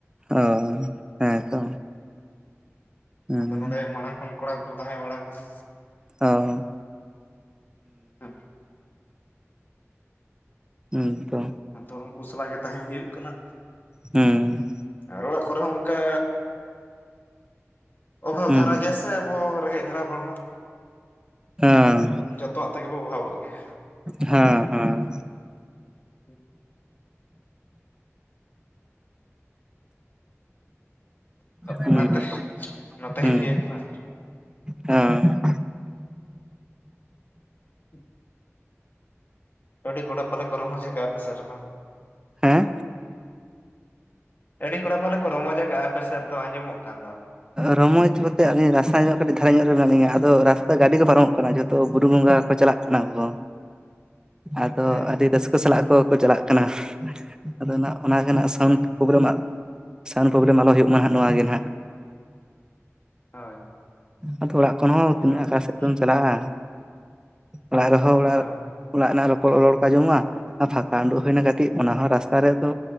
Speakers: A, on the right; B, on the left.
A: ᱚ, ᱦᱮᱸ ᱛᱚ᱾ ᱦᱩᱸ
B: ᱟᱫᱚ ᱱᱚᱰᱮ ᱢᱟᱲᱟᱝ ᱠᱷᱚᱱ ᱠᱚᱲᱟ ᱠᱚᱠᱚ ᱛᱟᱦᱮᱸ ᱵᱟᱲᱟ ᱠᱟᱱᱟ᱾
A: ᱚᱻ
B: ᱦᱮᱸ
A: ᱤᱧ ᱛᱚ
B: ᱟᱫᱚ ᱩᱱᱠᱩ ᱥᱟᱞᱟᱜ ᱜᱮ ᱛᱟᱦᱮᱱ ᱦᱩᱭᱩᱜ ᱠᱟᱱᱟ᱾
A: ᱦᱩᱸ
B: ᱟᱨ ᱚᱲᱟᱜ ᱠᱚᱨᱮ ᱦᱚᱸ ᱚᱱᱠᱟ ᱚᱵᱷᱟᱵᱽ
A: ᱦᱩᱸ
B: ᱫᱷᱟᱨᱟ ᱜᱮᱭᱟ ᱥᱮ ᱟᱵᱚ, ᱨᱮᱸᱜᱮᱡ ᱫᱷᱟᱨᱟ ᱦᱚᱲᱢᱚ,
A: ᱦᱮᱸ
B: ᱡᱚᱛᱚᱣᱟᱜ ᱛᱮᱜᱮ ᱵᱚ ᱚᱵᱷᱟᱵᱚᱜ ᱜᱮᱭᱟ
A: ᱦᱮᱸ ᱦᱮᱸ
B: <inaudible> <unintelligible>
A: ᱦᱩᱸ
B: ᱚᱱᱟᱛᱮ, ᱱᱚᱛᱮ
A: ᱦᱩᱸ
B: ᱦᱮᱡ ᱦᱩᱭᱟ ᱠᱟᱱᱟ ᱾
A: ᱦᱮᱸ
B: <inaudible> ᱟᱹᱰᱤ ᱠᱚᱰᱟ ᱯᱟᱞᱮ ᱠᱚ ᱨᱚᱢᱚᱡ ᱟᱠᱟ ᱟᱯᱮ ᱥᱮ ᱨᱮ ᱦᱚᱸ᱾
A: ᱦᱮᱸ
B: ᱟᱹᱰᱤ ᱠᱚᱲᱟ ᱯᱟᱞᱮ ᱠᱚ ᱨᱚᱢᱚᱡᱟ ᱠᱟᱜᱼᱟ ᱟᱯᱮᱥ ᱨᱮ ᱫᱚ ᱟᱸᱡᱚᱢᱚᱜ ᱠᱟᱱ ᱫᱚ᱾
A: ᱨᱚᱢᱚᱡᱽ ᱵᱚᱞᱛᱮ ᱟᱹᱞᱤᱧ ᱨᱟᱥᱛᱟ ᱧᱚᱜ ᱠᱟᱹᱴᱤᱡ ᱧᱚᱜ ᱨᱮ ᱫᱷᱟᱨᱟ ᱧᱚᱜ ᱢᱮᱱᱟᱜ ᱞᱤᱧᱟ, ᱟᱫᱚ ᱨᱟᱥᱛᱟ ᱜᱟᱹᱰᱤ ᱠᱚ ᱯᱟᱨᱚᱢᱚᱜ ᱠᱟᱱᱟ ᱾ᱡᱷᱚᱛᱚ ᱵᱩᱨᱩ ᱵᱚᱸᱜᱟ ᱠᱚ ᱪᱟᱞᱟᱜ ᱚᱱᱟ ᱠᱚ, ᱟᱫᱚ
B: ᱦᱮᱸ
A: ᱟᱹᱰᱤ ᱨᱟᱹᱥᱠᱟᱹ ᱥᱟᱞᱟᱜ ᱠᱚᱠᱚ ᱪᱟᱞᱟᱜ ᱠᱟᱱᱟ᱾ ᱟᱫᱚ ᱱᱟᱜ ᱚᱱᱟ ᱜᱮ ᱱᱟᱜ ᱥᱟᱣᱩᱱᱰ
B: ᱦᱳᱭ
A: ᱯᱨᱚᱵᱞᱮᱢ, ᱥᱟᱣᱩᱱᱰ ᱯᱨᱚᱵᱽᱞᱮᱢ ᱟᱞᱳ ᱦᱩᱭᱩᱜᱢᱟ ᱦᱟᱜ ᱱᱚᱣᱟ ᱜᱮ ᱾ ᱦᱮᱸ
B: ᱦᱳᱭ
A: ᱟᱫᱚ ᱚᱲᱟᱜ ᱠᱷᱚᱱ ᱦᱚᱸ ᱛᱤᱱᱟᱹᱜ
B: ᱦᱳᱭ
A: ᱟᱸᱠᱟ ᱥᱮᱫ
B: ᱦᱚᱸ
A: ᱫᱚᱢ ᱪᱟᱞᱟᱜᱼᱟ, ᱚᱲᱟᱜ ᱨᱮ <unintelligible> ᱚᱲᱟᱜ
B: ᱦᱳᱭ
A: ᱨᱮᱱᱟᱜ ᱨᱚᱯᱚᱲ ᱨᱚᱲ ᱠᱚᱸ ᱡᱚᱢᱚᱜᱼᱟ, ᱟᱨ ᱯᱷᱟᱸᱠᱟ ᱩᱰᱩᱜ ᱦᱩᱭᱱᱟ ᱠᱟᱹᱴᱤᱡ, ᱚᱱᱟ ᱦᱚᱸ ᱨᱟᱥᱛᱟ ᱨᱮᱫᱚ